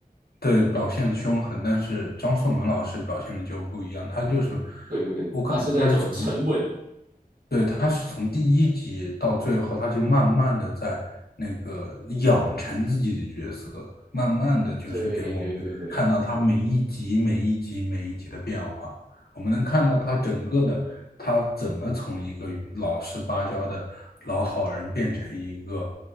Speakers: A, on the left (about 85°); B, on the right (about 75°).
A: 对，表现的凶狠，但是张颂文老师表现的就不一样，他就是
B: 对对对，
A: 我感觉他是从
B: 他是那种沉稳。
A: 对，他是从第一集到最后，他就慢慢的在那个养成自己的角色，慢慢的就是给我们看到他每一集、
B: 对对对对。
A: 每一集、每一集的变化。我们能看到他整个的，他怎么从一个老实巴交的老好人变成一个，